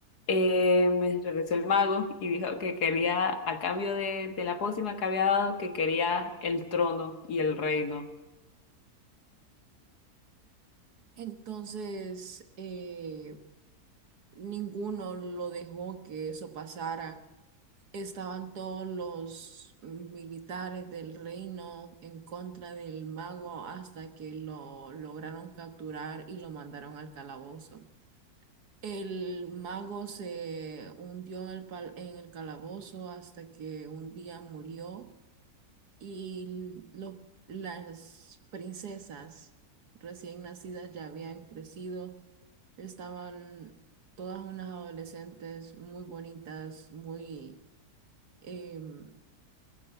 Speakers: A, on the left; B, on the right.
A: eh, me regresó el mago y dijo que quería, a cambio de, de la pócima que había dado, que quería el trono y el reino.
B: Entonces, eh, ninguno lo dejó que eso pasara Estaban todos los militares del reino en contra del mago hasta que lo lograron capturar y lo mandaron al calabozo. El mago se hundió en el, pal- en el calabozo hasta que un día murió y lo- las princesas recién nacidas ya habían crecido. Estaban todas unas adolescentes muy bonitas, muy... em,